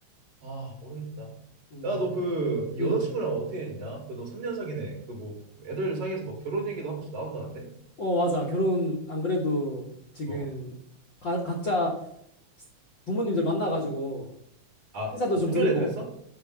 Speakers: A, on the right (about 55°); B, on the left (about 50°).
A: 아, 모르겠다.
B: 음.
A: 야, 너 그, 네 여자친구랑
B: 음.
A: 어떻게 했냐? 그 너 3년 사귀네. 그 뭐, 애들 사이에서 막 결혼 얘기도 한 번씩 나온다는데?
B: 어, 맞아. 결혼 안 그래도 지금
A: 어.
B: 가- 각자 부모님들 만나가지고
A: 아,
B: 인사도
A: 아,
B: 좀
A: 상견례도
B: 드리고
A: 했어?